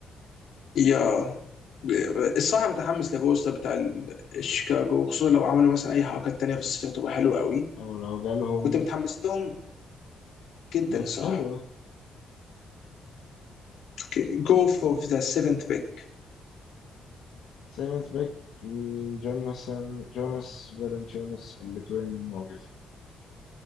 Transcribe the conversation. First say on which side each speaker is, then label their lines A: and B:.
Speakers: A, on the left (about 65°); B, on the left (about 80°).
A: يا الصراحه متحمس لفوستا بتاع ال- الشيكاغو خصوصا لو عملوا مثلا اي حركات تانية في الصيف تبقى حلوه قوي
B: او لو جالهم
A: كنت متحمس لهم جدا
B: باك
A: صراحه
B: حلوه
A: اوكي جو فور ذا سيفنت بيك
B: سيمنز باك جوناثان جوناس فالنتينوس الليتواني المعجز